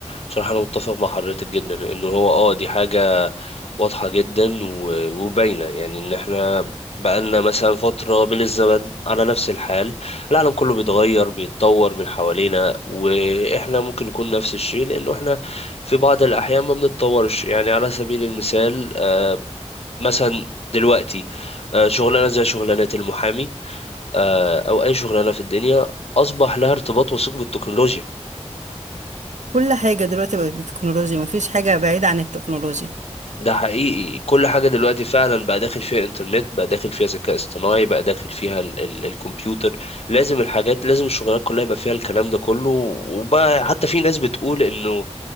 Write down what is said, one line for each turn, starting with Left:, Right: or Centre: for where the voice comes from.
Left: بصراحة أنا متفق مع حضرتك جدا إنه هو أه دي حاجة واضحة جدا و- وباينة يعني إن إحنا بقالنا مثلا فترة من الزمن على نفس الحال العالم كله بيتغير بيتطور من حوالينا وإحنا ممكن نكون نفس الشيء لأنه إحنا في بعض الأحيان ما بنتطورش يعني على سبيل المثال آه، مثلا دلوقتي آه، شغلانة زي شغلانة المحامي آه، أو أي شغلانة في الدنيا أصبح لها ارتباط وثيق بالتكنولوجيا
Right: كل حاجة دلوقتي بقت بالتكنولوجيا مفيش حاجة بعيدة عن التكنولوجيا
Left: ده حقيقي كل حاجة دلوقتي فعلا بقى داخل فيها انترنت بقى داخل فيها ذكاء اصطناعي بقى داخل فيها ال ال الكمبيوتر لازم الحاجات لازم الشغلات كلها يبقى فيها الكلام ده كله وبقى حتى في ناس بتقول انه